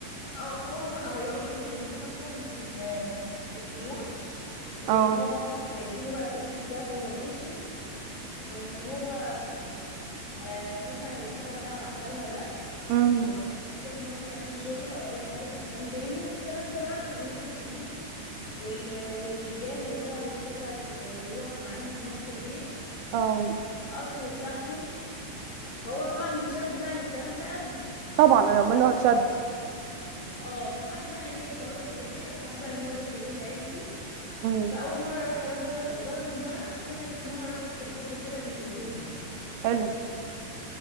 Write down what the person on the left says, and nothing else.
اه فهم بقى هيقعدوا يغروه مثلا بال بالفلوس وان
هو مثلا هيديله بقى سبيك الدهب وهو ماشي وان هو آه مثلا هيشتغل بقى مع خالها ده
وان هو مش هيحتاج مثلا اي شغل او اي حاجه في مكان تاني والكلام ده بعد ضروب الفلوس وال... والجاه وان هو هيشتغل ويقعد معاهم في نفس البيت
القصر بتاعهم فهو طبعا اتشد بقى للكلام ده قوي
اه فحب بقى ايه خلاص وافق حب بقى ان هو يروح يقول لعيلته
فاول مره راح يزار- يزارهم بقى في حاجه اسمها رقصه الحب كده بيرقصوها